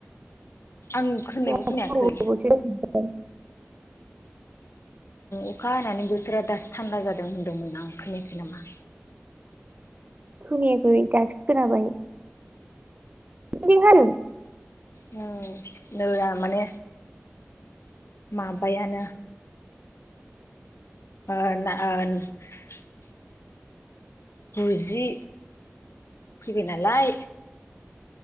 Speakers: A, on the left; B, on the right.
A: आं खोनायखौ
B: जोंहाथ'
A: खोनायाखै
B: बारा गोबावसो जाबाय
A: अखा हानानै बोथोरा दासो थान्दा जादों होन्दोंमोन आं खोनायाखै नामा।
B: खोनायाखै दासो खोनाबाय नोसोरनिथिं हादों
A: नै नैया माने माबायानो <unintelligible> गुजि फैबाय नालाय